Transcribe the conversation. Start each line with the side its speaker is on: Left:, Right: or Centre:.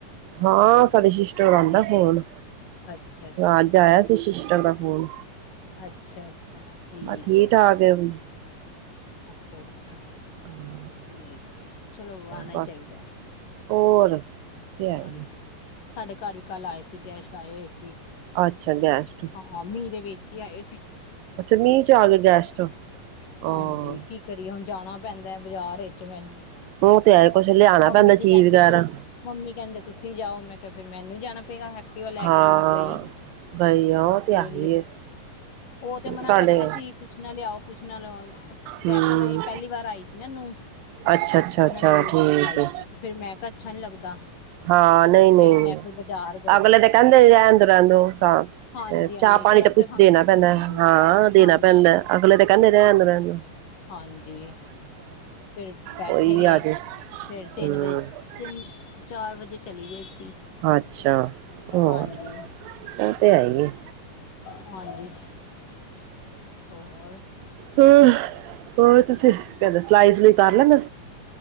Right: ਹਾਂ ਸਾਡੀ ਸਿਸਟਰ ਦਾ ਆਉਂਦਾ ਫੋਨ
Left: ਅੱਛਾ ਅੱਛਾ
Right: ਅੱਜ ਆਇਆ ਸੀ ਸ਼ਿਸਟਰ ਦਾ ਫੋਨ
Left: ਅੱਛਾ ਅੱਛਾ ਠੀਕ
Right: ਹ
Left: ਹੈ।
Right: ਠਾਕ ਵੀ
Left: ਅੱਛਾ ਅੱਛਾ
Right: ਹਾਂ
Left: ਠੀਕ ਹੈ ਚਲੋ ਆਉਣਾ
Right: ਬਸ
Left: ਹੀ ਚਾਹੀਦਾ।
Right: ਹੋਰ ਤੇ
Left: ਹਾਂਜੀ
Right: ਆਏ
Left: ਸਾਡੇ ਘਰ ਵੀ ਕੱਲ ਆਏ ਸੀ ਗੈਸਟ ਆਏ ਹੋਏ ਸੀ।
Right: ਅੱਛਾ ਗੈਸਟ
Left: ਹਾਂ ਮੀਂਹ ਦੇ ਵਿੱਚੇ ਹੀ ਆਏ ਹੋਏ ਸੀ।
Right: ਅੱਛਾ ਮੀਂਹ ਚ ਆ ਗਏ ਗੈਸਟ ਹਾਂ
Left: ਹਾਂਜੀ ਕੀ ਕਰੀਏ ਹੁਣ ਜਾਣਾ ਪੈਂਦਾ ਹੈ ਬਾਜ਼ਾਰ ਵਿੱਚ ਮੈਨੂੰ
Right: ਉਹ ਤੇ ਹੈ ਕੁਛ ਲਿਆਉਣਾ
Left: ਮੰਮੀ
Right: ਪੈਂਦਾ
Left: ਜੀ
Right: ਚੀਜ਼
Left: ਕਹਿੰਦੇ
Right: ਵਗੈਰਾ
Left: ਤੂੰ ਮੰਮੀ ਕਹਿੰਦੇ ਤੁਸੀਂ ਜਾਓ ਮੈਂ ਕਿਹਾ ਫਿਰ ਮੈਨੂੰ ਜਾਣਾ ਪਏਗਾ ਐ ਐਕਟੀਵਾ ਲੈ
Right: ਹਾਂ
Left: ਕੇ ਫਿਰ ਮੈਂ ਗਈ
Right: ਗਈ ਆ ਉਹ ਤੇ
Left: ਫਿਰ
Right: ਆਈ
Left: ਉਹ ਤੇ ਮਨਾ
Right: ਸਾਡੇ
Left: ਕਰਦੇ ਸੀ ਕੁੱਛ ਨਾ ਲਿਆਓ ਕੁਛ ਨਾਲੋਂ ਵੈਸੇ
Right: ਹਮ
Left: ਉਹਨਾਂ ਦੀ ਪਹਿਲੀ ਵਾਰ ਆਈ ਸੀ ਨਾ ਨੂੰਹ
Right: ਅੱਛਾ ਅੱਛਾ
Left: ਉਹਨਾਂ
Right: ਅੱਛਾ
Left: ਦੀ
Right: ਠੀਕ
Left: ਆਈ
Right: ਹੈ
Left: ਸੀ ਤੇ ਫੇਰ ਮੈਂ ਕਿਹਾ ਅੱਛਾ ਨੀ ਲੱਗਦਾ
Right: ਹਾਂ ਨਹੀਂ
Left: ਫਿਰ
Right: ਨਹੀਂ
Left: ਮੈਂ ਫਿਰ ਬਾਜ਼ਾਰ ਗਈ
Right: ਅਗਲੇ ਤੇ ਕਹਿੰਦੇ ਰਹਿਣ ਦੋ ਰਹਿਣ ਦੋ
Left: ਹਾਂਜੀ
Right: ਤੇ
Left: ਹਾਂਜੀ
Right: ਚਾਹ ਪਾਣੀ
Left: ਸ਼ਰਮ
Right: ਤਾਂ
Left: ਤੇ
Right: ਕੁਛ
Left: ਸਾਨੂੰ
Right: ਦੇਣਾ
Left: ਹੋ
Right: ਪੈਂਦਾ
Left: ਜਾਂਦੀ ਹੈ
Right: ਹਾਂ ਦੇਣਾ
Left: ਹਾਂਜੀ
Right: ਪੈਂਦਾ
Left: ਹਾਂਜੀ
Right: ਅਗਲੇ ਤਾਂ ਕਹਿੰਦੇ ਰਹਿਣ ਰਹਿਣ ਦਿਓ
Left: ਹਾਂਜੀ ਫਿਰ ਬੈਠੇ
Right: ਕੋਈ ਵੀ
Left: ਰਹੇ
Right: ਆ ਜੇ
Left: ਫੇਰ ਤਿੰਨ
Right: ਹਮ
Left: ਵਜੇ ਤਿੰਨ ਚਾਰ ਵਜੇ ਚਲੀ ਗਏ ਸੀ
Right: ਅੱਛਾ ਹੋਰ
Left: ਹਾਂਜੀ
Right: ਉਹ ਤੇ ਹੈ ਹੀ ਆ
Left: ਹਾਂਜੀ ਹੋਰ
Right: ਹਮ ਹੋਰ ਤੁਸੀਂ ਕੈਂਦੇ ਸਲਾਈ ਸਲੂਈ ਕਰ ਲੈਂਦਾ